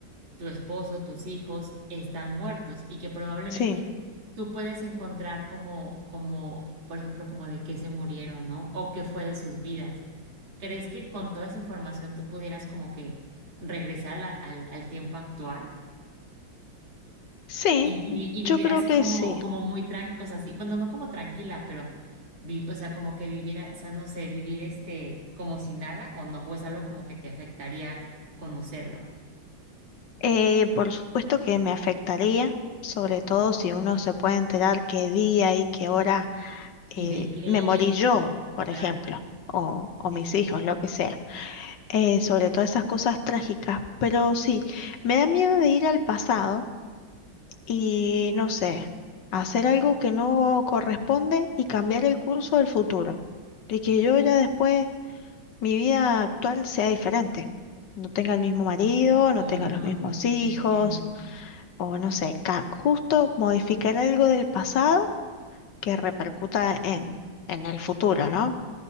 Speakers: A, on the right; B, on the left.
A: tu esposo, tus hijos, están muertos y que probablemente
B: Sí,
A: tú puedes encontrar como, como, por ejemplo, como de qué se murieron, ¿no? O qué fue de sus vidas. ¿Crees que con toda esa información tú pudieras como que regresar a la- al al tiempo actual?
B: sí,
A: Y, y- y vivir
B: yo creo
A: así
B: que
A: como,
B: sí.
A: como muy tranquila, o sea, así, bueno, no como tranquila, pero, vi- o sea, como que vivir, a- o sea, no sé, vivir este, como si nada o no, o es algo como que te afectaría conocerlo.
B: Eh, por supuesto que me afectaría, sobre todo si uno se puede enterar qué día y qué hora eh,
A: ¿Y de qué?
B: me morí
A: Y
B: yo,
A: por,
B: por
A: claro,
B: ejemplo, o, o
A: sí,
B: mis
A: sí.
B: hijos, lo que sea. Eh, sobre todo esas cosas trágicas, pero sí, me da miedo de ir al pasado y, no sé, hacer algo que no corresponde y cambiar el curso del futuro. Y que yo ya después, mi vida actual sea diferente. No tenga el mismo marido, no
A: Ah,
B: tenga los mismos
A: ok, sí
B: hijos
A: te entiendo.
B: o no sé, ca- justo modificar algo del pasado que repercuta en, en el futuro, ¿no?